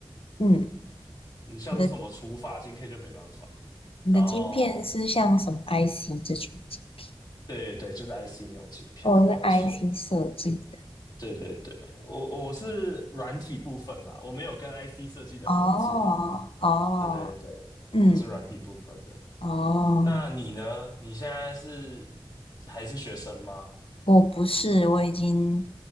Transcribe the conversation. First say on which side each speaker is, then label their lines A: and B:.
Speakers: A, on the left (about 85°); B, on the left (about 45°).
A: 嗯嗯，
B: 你像是什么除法晶片就没办法。
A: 你的。你的晶片是像什么
B: 然后
A: IC 这种晶片？
B: 对对对，就是 IC 那种晶片没有错。
A: 我是 IC 设计的。
B: 对对对，我我是软体部分啦，我没有跟 IC 设计的合作。
A: 哦哦，
B: 对对对，
A: 嗯
B: 我们是软体部分的。
A: 哦，
B: 那你呢？你现在是还是学生吗？
A: 我不是，我已经